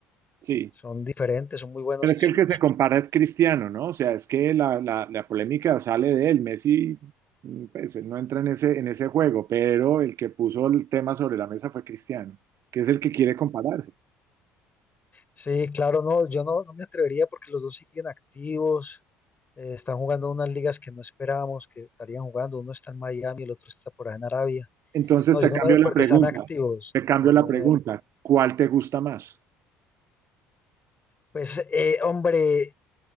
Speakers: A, on the right; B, on the left.
A: sí.
B: son diferentes, son muy buenos
A: Pero
B: en
A: es que
B: su,
A: el que se compara es Cristiano, ¿no? O sea, es que la, la, la polémica sale de él. Messi, mm, pues, él no entra en ese, en ese juego, pero el que puso el tema sobre la mesa fue Cristiano, que es el que quiere compararse.
B: Sí, claro, no, yo no, no me atrevería porque los dos siguen activos, eh, están jugando unas ligas que no esperábamos que estarían jugando, uno está en Miami, el otro está por allá en Arabia.
A: Entonces
B: No,
A: te
B: yo no
A: cambio
B: me,
A: la
B: porque
A: pregunta,
B: están activos,
A: te
B: no,
A: cambio
B: no,
A: la
B: no
A: pregunta,
B: me...
A: ¿cuál te gusta más?
B: Pues, eh, hombre,